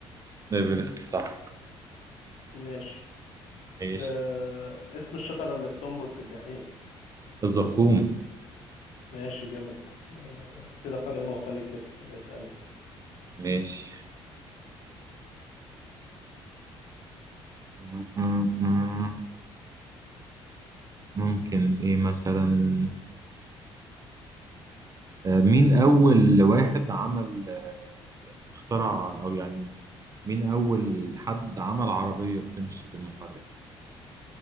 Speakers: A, on the right; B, on the left.
A: ايفرست صح
B: ماشي
A: ماشي
B: آه، اسم الشجرة اللي بتنبت في الجحيم
A: الزقوم
B: ماشي جامد آه، كده فرق نقطة ليك لسه اسألني
A: ماشي م- م- م- ممكن ايه مثلا آه، مين أول واحد عمل آه، اخترع أو يعني مين أول حد عمل عربية بتمشي بالمحرك